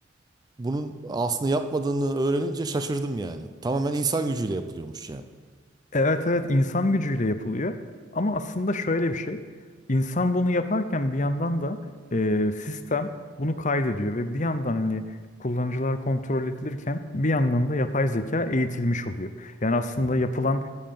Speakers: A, on the right; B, on the left.
A: bunun aslında yapmadığını öğrenince şaşırdım yani. Tamamen insan gücüyle yapılıyormuş yani.
B: Evet evet insan gücüyle yapılıyor. Ama aslında şöyle bir şey. İnsan bunu yaparken bir yandan da e, sistem bunu kaydediyor ve bir yandan hani kullanıcılar kontrol edilirken bir yandan da yapay zeka eğitilmiş oluyor. Yani aslında
A: Hmm.
B: yapılan